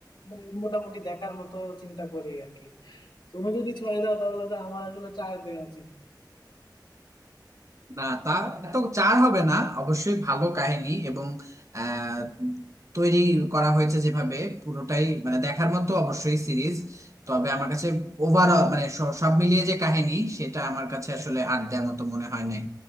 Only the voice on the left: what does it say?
মানে মোটামুটি দেখার মতো চিন্তা করি আর কি তুমি যদি ছয় দাও তাহলে তো আমার আসলে চার দেওয়া উচিত